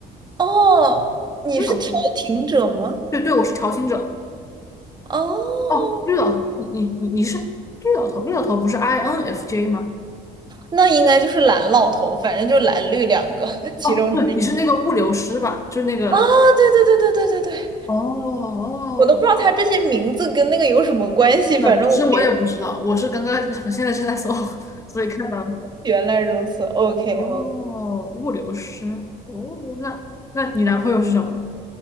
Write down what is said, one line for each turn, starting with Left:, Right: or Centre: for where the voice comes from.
Right: 哦，你是调停者吗？
Left: 绿老头。对对，我是调情者。
Right: 哦，
Left: 哦，绿老头，你你你你是绿老头，绿老头不是 INFJ 吗？
Right: 那应该就是蓝老头，反正就蓝绿两个 <laughs> 其中之一。
Left: 哦，对，你是那个物流师吧？就那个。
Right: 啊，对对对对对对对，
Left: 哦哦哦，
Right: 我都不知道他这些名字跟那个有什么关系，
Left: 对其实我也不知道，
Right: 反正我联
Left: 我是刚刚我现在正在搜，<laughs> 所以看到了
Right: 原来如此。OK，
Left: 哦，
Right: 我
Left: 物流师。哦，那那你男朋友是什么？